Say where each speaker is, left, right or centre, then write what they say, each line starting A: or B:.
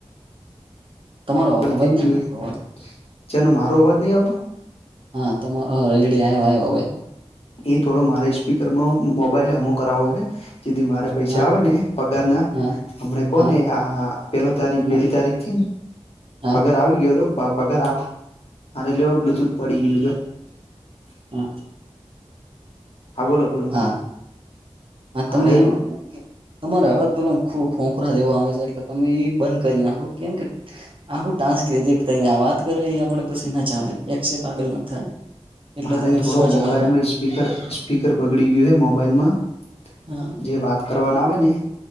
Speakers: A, on the right (about 50°); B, on the left (about 60°).
A: તમારો
B: થ
A: અવાજ નહી
B: ગયું
A: આવતો અવાજ
B: જેનો મારો અવાજ નઈ આવતો.
A: હા તમારો રેડે આવ્યો આવ્યો હવે
B: એ થોડો મારે સ્પીકરમાં મોબાઈલ હમો કરાવો હ જેથી મારે પૈસા
A: હા
B: આવે ને પગાર ના
A: હા
B: હમને કોને
A: હા
B: આ પેલો તારી
A: ના
B: પેલી તારીખ થી ને
A: હા
B: પગાર આવી ગયો હતો. પગારો આખો મારે લેવો બ્લુટૂથ પડી ગયો જો.
A: હા
B: હા બોલો બોલો
A: હા હા તમે
B: મારે
A: એમ તમારે અવાજ પેલો ખો ખોખરા જેવો આવે છે એટલે તમે એ બંધ કરી નાખો. કેમ કે, આખું ટાસ્ક રીજેક્ટ થઈ જાય. વાત કરો એ આપણે પછી ના ચાલે. એકસેપ આગળ ના થાય. એટલે
B: મારે
A: તમે
B: થોડો
A: સ્વચ્છ
B: મોબાઈલ
A: અવાજ રાખો
B: માં <unintelligible> સ્પીકર સ્પીકર બગડી ગયું હે મોબાઈલમાં.
A: હા
B: જે વાત કરવાના આવે ને